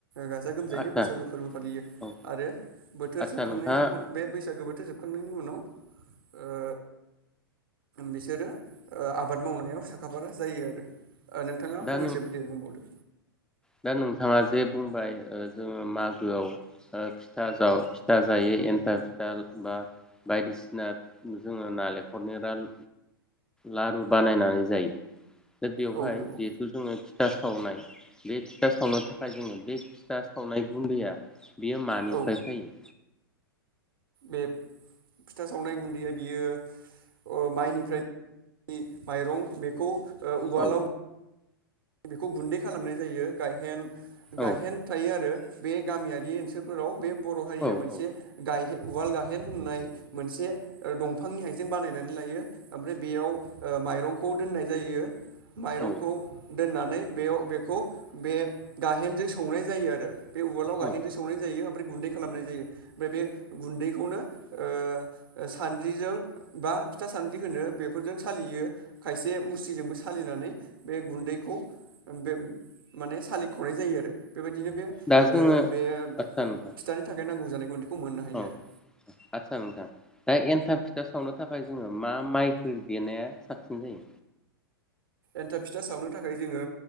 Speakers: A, on the right; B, in the centre.
A: गाजा गोमजायैनो
B: आदसा
A: बैसागो फोरबो फालियो
B: औ
A: आरो बोथोर
B: आदसा
A: जोबखांनायनि
B: नोंथाङा
A: उन बे बैसागो बो जोबखांनायनि उनाव ओ बिसोरो ओ‌ आबाद मावनायाव साखाफारा जायो आरो। ओ नोंथाङा
B: दा
A: फंनैसो
B: नों
A: दे बुंबावदो
B: दा नोंथाङा जे बुंबाय ओ जोङो मागोआव ओ फिथा <unintelligible> जायो एन्थाब फिथा बा बायदिसिना जोङो नालेंखरनि लारु लारु बानायनानै जायो। बेवहाय
A: औ नंगौ
B: जिहेथु जोङो फिथा सावनाय बे फिथा सावनो थाखाय जोङो बे फिथा सावनाय गुन्दैया बियो मानिफ्राय
A: औ
B: फैयो?
A: बे फिथा सावनाय गुन्दैया बियो ओ माइनिफ्राय माइरं बेखौ ओ उवालाव
B: औ
A: बेखौ गुन्दै खालामनाय जायो गायहेन गायहेन
B: औ
A: थायो आरो बे गामियारि ओनसोलफोराव बे बर' हारिया
B: औ
A: मोनसे
B: औ
A: गाय उवाल गाहेन होननाय मोनसे ओ दंफांनि आइजें बानायनानै लायो ओमफ्राय बेयाव ओ माइरंखौ दोननाय जायो। माइरंखौ
B: औ
A: दोननानै बेयाव बेखौ बे गाहेनजों सौनाय जायो आरो। बे उवालाव गाहेनजों
B: औ
A: सौनाय जायो ओमफ्राय गुन्दै खालामनाय जायो ओमफ्राय बे गुन्दैखौनो ओ सानद्रिजों बा फिथा सानद्रि होनो बेफोरजों सालियो। खायसे मुस्रिजोंबो सालिनानै बे गुन्दै खौ बे माने सालिख'नाय जायो आरो। बेबायदिनो बे ओ
B: दा जोङो
A: बे
B: आदसा नोंथां
A: फिथानि थाखाय नांगौ <unintelligible>
B: औ
A: आरो
B: आस्सा नोंथां दा एन्थाब फिथा सावनो थाखाय जोङो मा माइखो देनाया साबसिन जायो?
A: एन्थाब फिथा सावनो थाखाय जोङो